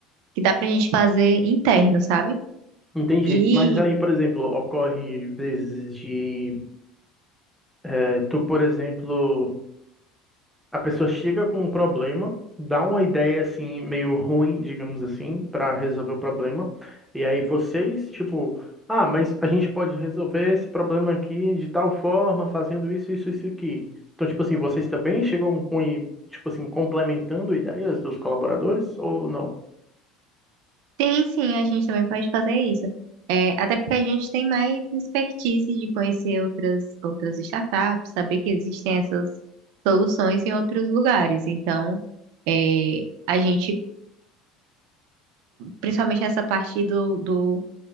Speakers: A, on the right (about 75°); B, in the centre.
A: que dá pra gente fazer interno, sabe?
B: entendi.
A: E
B: Mas aí, por exemplo, ocorre vezes de eh, tu, por exemplo, A pessoa chega com um problema, dá uma ideia assim meio ruim, digamos assim, para resolver o problema. E aí vocês, tipo, ah, mas a gente pode resolver esse problema aqui de tal forma, fazendo isso, isso, isso aqui. Então, tipo assim, vocês também chegam com, i- tipo assim, complementando ideias dos colaboradores ou não?
A: tem sim, a gente também pode fazer isso. É, até porque a gente tem mais expertise de conhecer outras, outras startups, saber que existem essas soluções em outros lugares. Então, é, a gente principalmente nessa parte do, do-